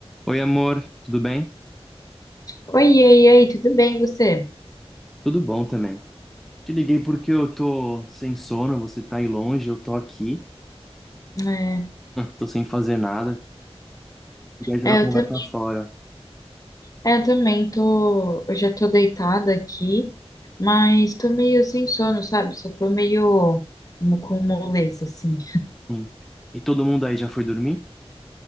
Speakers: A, in the centre; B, on the left.
A: Oi, amor, tudo bem?
B: Oi, e aí, e aí, tudo bem, você?
A: Tudo bom também. Te liguei porque eu tô sem sono, você tá aí longe, eu tô aqui,
B: É,
A: tô sem fazer nada. Queria jogar
B: é,
A: a conversa
B: eu, tam-
A: fora.
B: é, eu também tô. Eu já tô deitada aqui, mas tô meio sem sono, sabe? Só tô meio mo- com moleza, assim.
A: Sim. E todo mundo aí já foi dormir?